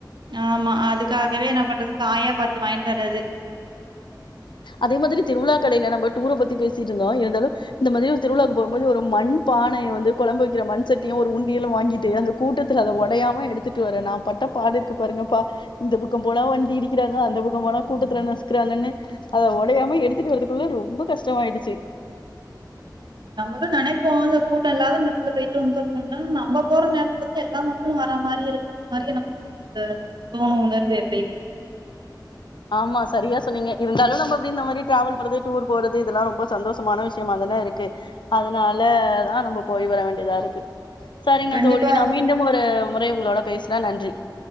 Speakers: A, on the right (about 70°); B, on the left (about 85°).
A: ஆமா அதுக்காகவே நா பண்றது காயா பாத்து வாங்கிட்டு வரது
B: அதே மாதிரி திருவிழா கடைல நம்ம டூர பத்தி பேசிட்டு இருந்தோம் இருந்தாலு இந்த மாரி ஒரு திருவிழாக்கு போம்போது ஒரு மண் பானையு வந்து கொழம்பு வைக்கிற மண் சட்டியு ஒரு உண்டியலும் வாங்கிட்டு அந்த கூட்டத்துல அத ஒடையாம எடுத்துட்டு வர நா பட்ட பாடு இருக்கு பாருங்க பா இந்த பக்கம் போனா வண்டி இடிக்கிறாங்க அந்த பக்கம் போனா கூட்டத்துல நசுக்கிறாங்கன்னு அத ஒடையாம எடுத்துட்டு வரதுக்குள்ள ரொம்ப கஷ்டமாயிடுச்சி
A: நம்மளும் நினப்போம் இந்த கூட்டோ இல்லாத நேரத்துல போயிட்டு வந்துரணுன்னு நம்ம போற நேரத்துலதா எல்லா மக்களு வர மாரி இருக்கிற மாரி எனக்கு ஒரு தோணு உணர்வு எப்பயிமே
B: ஆமா சரியா சொன்னீங்க இருந்தாலு நம்ம அப்டி இந்த மாரி டிராவல் பண்றது டூர் போறது இதெல்லா ரொம்ப சந்தோஷமான விஷயமாதனே இருக்கு அதுனால தா நம்போ போய் வர வேண்டிய தாருக்கு சரிங்க
A: கண்டிப்பா
B: தோழி நா மீண்டும் ஒரு முறை உங்களோட பேசறே நன்றி